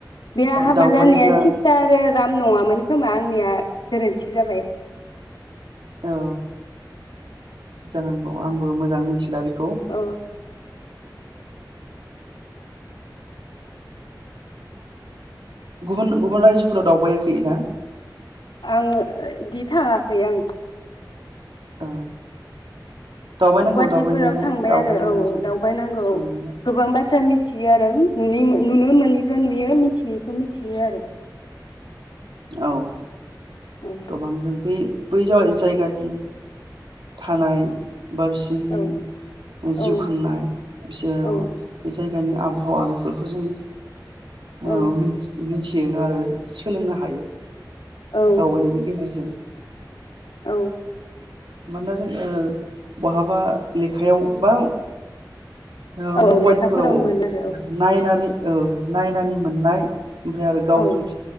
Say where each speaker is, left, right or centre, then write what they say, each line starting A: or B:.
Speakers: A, on the left (about 85°); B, on the right (about 85°).
A: बे हाबा
B: दावबायोब्ला
A: जानाया सिथा आरो राम नंङामोन खोमा आंनिया गोरोन्थि जाबाय।
B: औ जानांगौ आंबो मोजां मिथिला बे
A: ओ।
B: गुबुन गुबुन रायजोफोराव दावबायाखै ना?
A: आंङो इदि थांङाखै ओं।
B: औ दावबायनांगौ
A: गुवाहाटिफोराव
B: दावबायनायालाय
A: थांबाय
B: दावबायबा
A: आरो औ औ
B: मोजां
A: दावबायनांगौ औ
B: उम
A: गोबां बाथ्रा मिथियो आरो उम। नुनिमो नुनो मोनैखौ नुयो मिथियैखौ मिथियो आरो।
B: औ।
A: औ
B: गोबांजों बेै बै जाबाय जायगानि थानाय बा बिसोरनि
A: औ औ
B: जिउ खांनाय बिसोर
A: औ
B: जायगानि आबहावा बेफोरखौ जों ओ
A: औ
B: मिथि मिनथि यो आरो सोलोंनो हायो।
A: औ
B: दावबायनायनि गेजेरजों
A: औ
B: मानोना जों ओ बहाबा लेखायाव बा ओ
A: औ
B: मबाइलफोराव
A: लेखाफोराव मोनो आरो
B: नायनानै औ नायनानै मोननाय ओमफ्राय आरो गाव
A: औ
B: जुदि